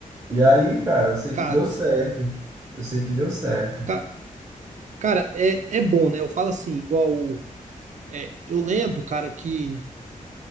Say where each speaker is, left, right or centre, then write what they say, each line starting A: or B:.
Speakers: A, on the right; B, on the right.
A: E aí, cara, eu sei
B: Cara,
A: que deu certo. Eu sei que deu certo.
B: ca- cara, é, é bom, né? Eu falo assim, igual. é, eu lembro, cara, que